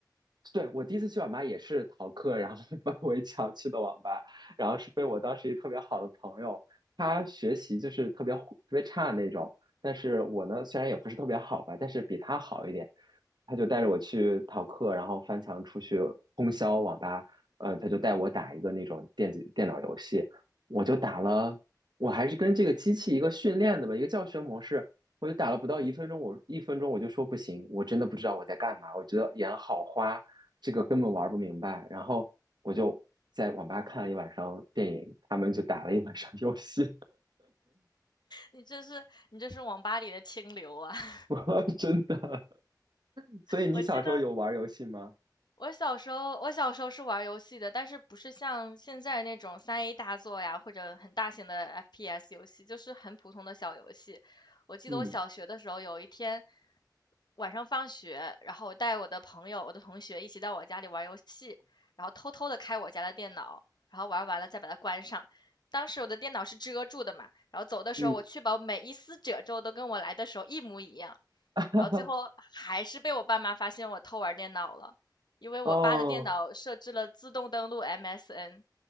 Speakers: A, on the right; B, on the left.
A: 对，我第一次去网吧也是逃课，然后 <laughs> 翻围墙去的网吧，然后是被我当时一特别好的朋友，他学习就是特别特别差的那种，但是我呢虽然也不是特别好吧，但是比他好一点，他就带着我去逃课，然后翻墙出去通宵网吧，嗯、他就带我打一个那种电子电脑游戏，我就打了，我还是跟这个机器一个训练的吧，一个教学模式。我就打了不到一分钟，我一分钟我就说不行，我真的不知道我在干嘛，我觉得眼好花，这个根本玩不明白。然后我就在网吧看了一晚上电影，他们就打了一晚上游戏，
B: 你这是你这是网吧里的清流啊！<laughs>
A: <laughs> 我真的。所以你小时候有玩游戏吗？
B: 我记得我小时候，我小时候是玩游戏的，但是不是像现在那种三 A 大作呀，或者很大型的 FPS 游戏，就是很普通的小游戏。我记得我小学的时候，
A: 嗯
B: 有一天晚上放学，然后我带我的朋友、我的同学一起到我家里玩游戏，然后偷偷的开我家的电脑，然后玩完了再把它关上。当时我的电脑是遮住的嘛，然后走的时候，
A: 嗯，
B: 我确保每一丝褶皱都跟我来的时候一模一样，
A: <laughs>
B: 然后最后还是被我爸妈发现我偷玩电脑了，因为我爸的电脑设置了自动登录
A: 哦
B: MSN，